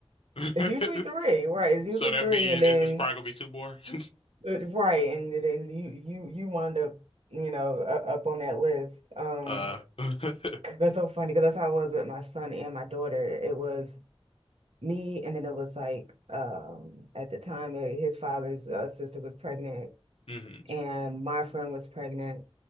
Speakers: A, on the left; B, on the right.
A: <laughs>
B: it's usually three, right? It's usually
A: So that'd
B: three,
A: be
B: and
A: it's,
B: then.
A: it's probably gonna be two more. <laughs>
B: Uh, Right, and then you you you wind up, you know, u- up on that list. Um,
A: Uh <laughs>
B: 'cause that's so funny because that's how it was with my son and my daughter. It was me, and then it was like, um, at the time, uh, his father's uh, sister was pregnant,
A: mhm.
B: and my friend was pregnant,